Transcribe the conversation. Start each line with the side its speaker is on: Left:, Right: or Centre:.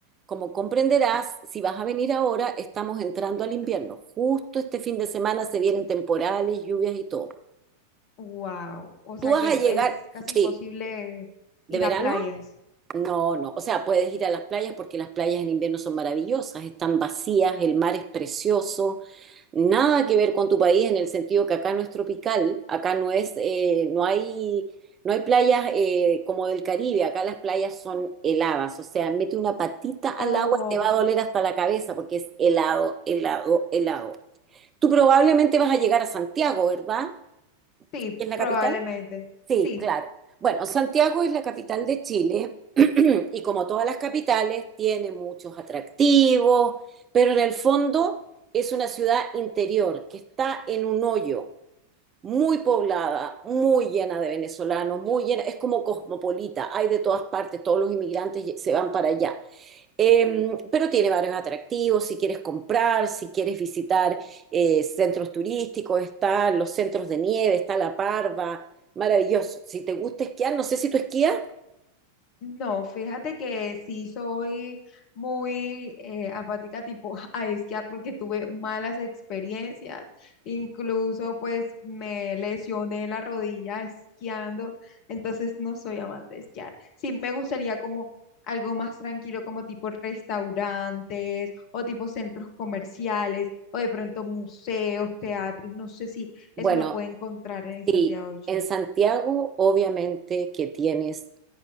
Right: como comprenderás, si vas a venir ahora, estamos entrando al invierno. Justo este fin de semana se vienen temporales, lluvias y todo.
Left: Wow, o sea
Right: Tú vas
Left: que
Right: a llegar,
Left: es casi imposible
Right: sí, de
Left: ir
Right: verano,
Left: a playas.
Right: no, no. O sea, puedes ir a las playas porque las playas en invierno son maravillosas, están vacías, el mar es precioso. nada que ver con tu país en el sentido que acá no es tropical, acá no es, eh, no hay, no hay playas eh, como del Caribe, acá las playas son heladas, o sea, mete una patita al
Left: Oh,
Right: agua y te va a doler hasta la cabeza porque es helado, helado, helado. Tú probablemente vas a llegar a Santiago, ¿verdad?
Left: sí,
Right: ¿Es la
Left: probablemente.
Right: capital? Sí,
Left: Sí.
Right: claro. Bueno, Santiago es la capital de Chile <clears throat> Y como todas las capitales, tiene muchos atractivos, pero en el fondo es una ciudad interior que está en un hoyo, muy poblada, muy llena de venezolanos, muy llena, es como cosmopolita, hay de todas partes, todos los inmigrantes se van para allá. Eh, pero tiene varios atractivos, si quieres comprar, si quieres visitar eh, centros turísticos, están los centros de nieve, está la parva, maravilloso. Si te gusta esquiar, no sé si tú esquías.
Left: No, fíjate que sí soy muy eh, apática tipo <laughs> a esquiar porque tuve malas experiencias. Incluso pues me lesioné la rodilla esquiando. Entonces no soy amante de esquiar. Sí, me gustaría como algo más tranquilo, como tipo restaurantes o tipo centros comerciales o de pronto museos, teatros. No sé si
Right: Bueno,
Left: eso lo puede encontrar en
Right: sí,
Left: Santiago de Chile.
Right: en Santiago obviamente que tienes